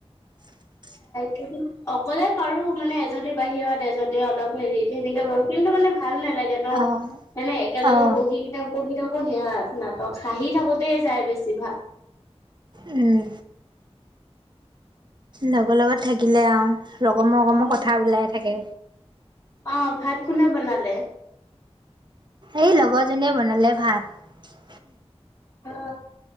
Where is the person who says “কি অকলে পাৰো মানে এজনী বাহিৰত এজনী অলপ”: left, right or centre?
Left